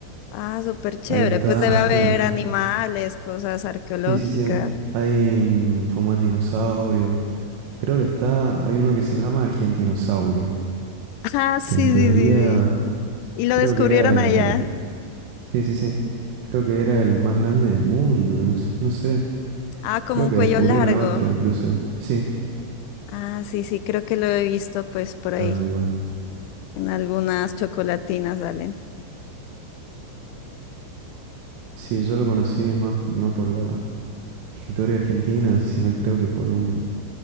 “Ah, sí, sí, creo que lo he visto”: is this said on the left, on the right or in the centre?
Left